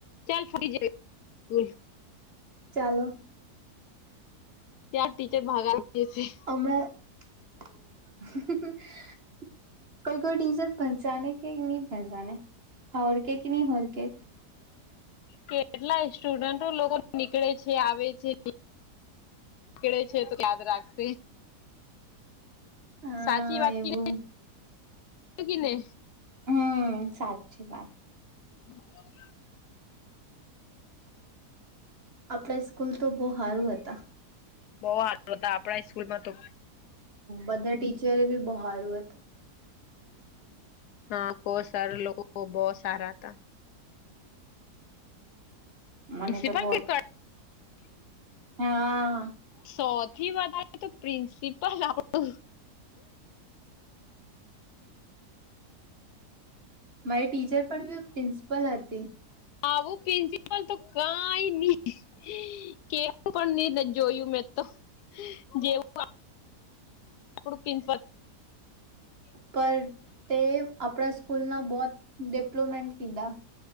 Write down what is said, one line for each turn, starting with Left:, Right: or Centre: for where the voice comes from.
Left: ચલ ફરી જ સ્કુલ,
Right: ચાલો,
Left: ત્યાર ટીચર ભાગાવતી હતી.
Right: હમણાં હ હ, કોઈ કોઈ ટીઝર પસાને કે ની પંચાને હરકે કે નહીં હોરક
Left: કેટલા સ્ટુડન્ટો લોકો નીકળે છે આવે છે, ળે છે તો યાદ રાખશે,
Right: હા
Left: સાચી વાત
Right: એવું
Left: કી ગને,
Right: હમ સાચી વાત.
Left: હ,
Right: આપડા સ્કૂલ તો બહુ સારું હતા.
Left: બઉ હાર હતા આપણા સ્કૂલમાં તો,
Right: બધા ટીચરે બી બહુ હારું હતું.
Left: હા કો સર લોકો બહુ સારા હતા.
Right: મને
Left: પ્રિન્સિપલ
Right: તો બહુત
Left: કે કર
Right: હા,
Left: સૌથી વધારે તો પ્રિન્સિપલ આપડું,
Right: મારી ટીચર પણ બી પ્રિન્સિપલ હતી.
Left: આવું પ્રિન્સિપલ તો કઈ નહી કેવું પણ નહી જોયું મેં તો, જેવું આપડું પીસ પલ હતો.
Right: પર તે આપણા સ્કૂલ ના બહુત ડિપ્લોમન્ટ કીધા.